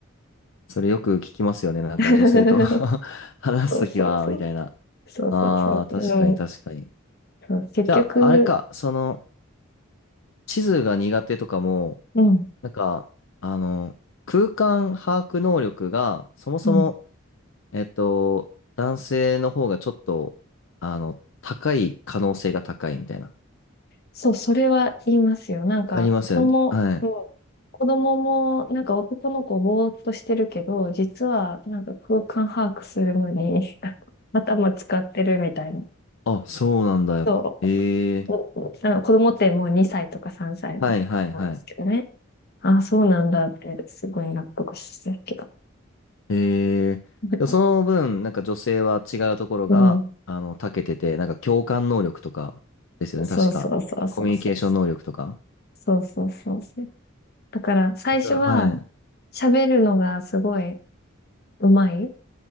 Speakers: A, on the left; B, on the left.
A: それよく聞きますよね。なんか女性と
B: <laughs>
A: <laughs> 話すときは、
B: そうそうそう。
A: みたいな。
B: そうそうそう。
A: ああ、確かに確かに。
B: うん。そう結局、
A: じゃあ、あれか、その、地図が苦手とかも、
B: うん、
A: なんか、あの、空間把握能力が、そもそも、
B: うん。
A: えっと、男性の方がちょっと、あの、高い可能性が高いみたいな。
B: そう、それは言いますよ。なんか、
A: ありますよね。
B: 子供、
A: はい。
B: うん。子供も、なんか男の子ぼーっとしてるけど、実は、なんか空間把握するのに <laughs> 頭使ってるみたいな。
A: あ、そうなんだ。
B: そ
A: ええ
B: う。うんうあの子供ってもう2歳とか3歳なん多いですけどね。
A: はいはいはい。
B: ああ、そうなんだって、すごい納得してるけど。
A: ええでもその分、
B: <laughs>
A: なんか女性は違うところが、
B: うん。
A: あの、長けてて、なんか共感能力とかですよね、
B: そうそうそうそうそう。
A: 確か。コミュニケーション能力とか。
B: そうそうそうそう。だから最初は
A: だから、はい。
B: 喋るのがすごい上手い